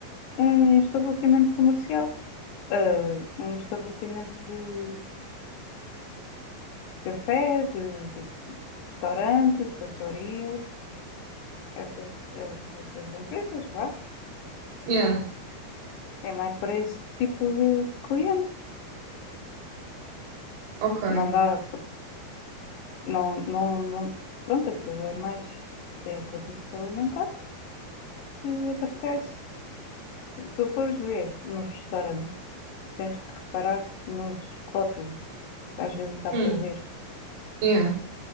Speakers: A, on the left (about 70°); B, on the right (about 80°).
A: um estabelecimento comercial, eh, um estabelecimento de café, de, de restaurante, de pastoria, essas, eh, essas empresas, vá.
B: Yeah,
A: É mais para esse tipo de cliente.
B: ok.
A: Não dá, não, não, não, pronto, aquilo é mais, é produto alimentar que abastece. Se tu fores ver nos restaurantes, tens que reparar nos rótulos, que às vezes dá
B: Hum,
A: para ver.
B: yeah,